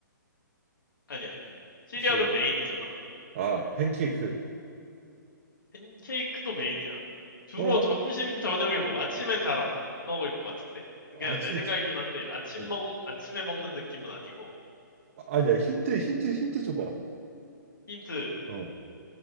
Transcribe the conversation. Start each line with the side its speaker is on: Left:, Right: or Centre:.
Left: 아니야, 아니야. 시리얼은
Right: 시리얼.
Left: 메인이잖아.
Right: 아, 팬케이크.
Left: 팬케이크도 메인이야. 주로
Right: 어?
Left: 점심, 저녁에 먹어. 아침엔 잘 안 먹을 것 같은데? 그냥
Right: 아침에
Left: 내 생각이긴
Right: 자.
Left: 한데, 아침
Right: 응.
Left: 먹, 아침에 먹는 느낌은 아니고.
Right: 아니야. 힌트, 힌트, 힌트 줘봐.
Left: 힌트,
Right: 어.